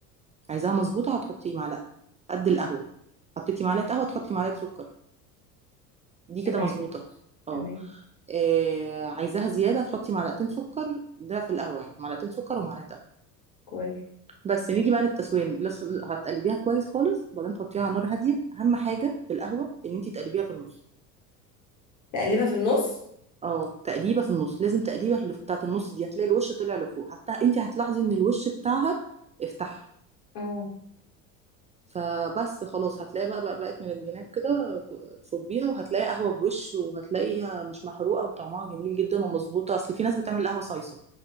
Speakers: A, on the right (about 15°); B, on the left (about 65°).
A: عايزاها مظبوطه هتحطي معلقه قد القهوه حطيتي معلقه قهوه تحطي معلقه سكر دي
B: تمام
A: كده مظبوطه اه
B: تمام
A: آه، عايزاها زياده تحطي معلقتين سكر ده في القهوه يعني معلقتين سكر ومعلقه
B: كويس
A: بس نيجي بقى للتسويه لس- هتقلبيها كويس خالص وبعدين تحطيها على نار هاديه اهم حاجه في القهوه ان انت تقلبيها في النص
B: تقلبها في النص
A: اه تقليبه في النص لازم تقليبه اللي بتاعه النص دي هتلاقي الوش طلع لفوق حتى انت هتلاحظي ان الوش بتاعها افتح
B: اه
A: فبس خلاص هتلاقي بقى بقى بقت من الجناب كده ك- صبيها وهتلاقي قهوه بوش وهتلاقيها مش محروقه وطعمها جميل جدا ومظبوطه اصل في ناس بتعمل قهوه صايصه